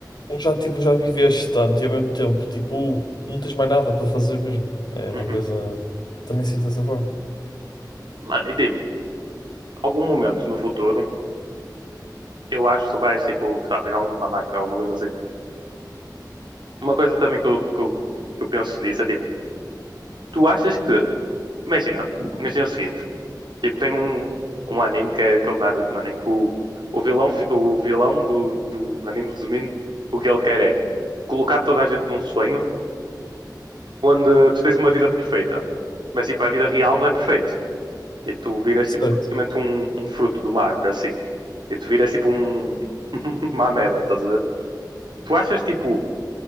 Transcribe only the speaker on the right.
uhum.
Mano, e dime, algum momento no futuro, eu acho que tu vais, tipo, sei lá, virar uma máquina, alguma coisa assim. Uma coisa também que eu, que eu, que eu penso nisso é, tipo, tu achas que... Imagina, imagina o seguinte. Tipo, tem um, um anime que é, que é o Naruto, mano, em que o, o vilão, fi- o vilão do, do anime, resumindo, o que ele quer é colocar toda a gente num sonho onde tu tens uma vida perfeita. Mas, tipo, a vida real não é perfeita. Tipo, tu viras
tipo praticamente um, um fruto de uma árvore, assim. Tipo, tu viras tipo um, <laughs> uma ameba, estás a ver? Tu achas tipo,